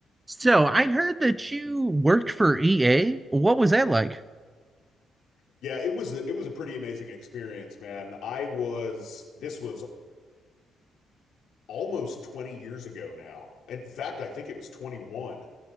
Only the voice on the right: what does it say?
So I heard that you worked for EA. What was that like?